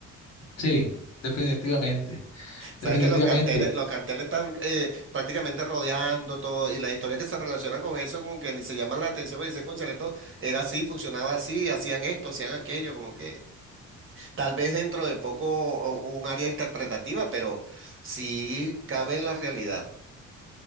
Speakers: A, on the left; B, on the right.
A: Sí, definitivamente,
B: Sabes
A: definitivamente,
B: que los carteles, los carteles están eh, prácticamente rodeando todo y las historias que se relacionan con eso como que ni se llaman la atención, pero dice, cónchale, esto era así, funcionaba así, hacían esto, hacían aquello, como que tal vez dentro de poco o- un área interpretativa, pero sí cabe en la realidad.